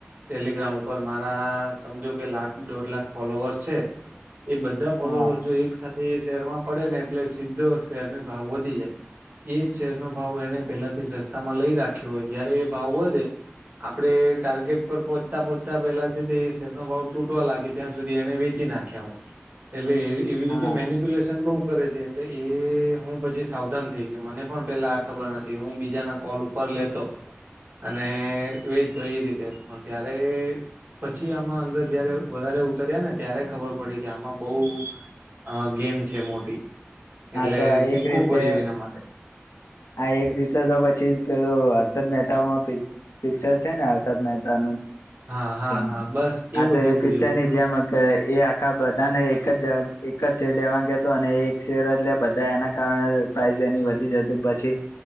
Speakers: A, on the right; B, on the left.
A: ટેલીગ્રામ ઉપર મારા સમજો કે લાખ દોઢ લાખ ફોલોવર્સ છે એ બધા
B: હા
A: ફોલોવર જો એક સાથે શેરમાં પડે ને એટલે સીધો શેર નો ભાવ વધી જાય એ જ શેરનો ભાવ એને પેલાથી સસ્તામાં લઈ રાખ્યો હોય જયારે એ ભાવ વધે આપડે ટાર્ગેટ પર પહોંચતા પહોંચતા તા પેલા છે તે શેરનો ભાવ તૂટવા લાગે ત્યાં સુધી એને વેચી નાખ્યા હોય. એટલે એવી રીતે
B: હા
A: મેનપ્યુલેશન બહઉ કરે છે એટલે એ હું પછી સાવધાન થઈ ગયો મને પણ પેલા આ ખબર નથી હું બીજાના કોલ ઉ પર લેતો અને વેચતો એ રીતે પણ ત્યારે પછી આમાં અંદર જયારે વધારે ઉ તર્યા ને ત્યારે ખબર પડી કે આમાં બઉ અ ગેમ છે મોટી
B: હા
A: એટલે
B: તો આ
A: શીખવું
B: એક રીતે
A: પડ્યું એના માટ
B: આ એક રીતે તો પછી જ પેલું હર્ષદ મહેતાનું પિકચ પિક્ચર છે ને હર્ષદ મહે તા
A: હા હા
B: <unintelligible>
A: હા બસ
B: હા
A: એવું
B: તો
A: જ
B: એ
A: એવું
B: પિક્ચરની
A: જ એવું
B: જેમ જ કે એ આખા બધાને એક જ એક જ શેર લેવાનુ કેતો અને એ એક શેર એટલે બધા એના કારણે પ્રાઇઝ એની વધી જ પછી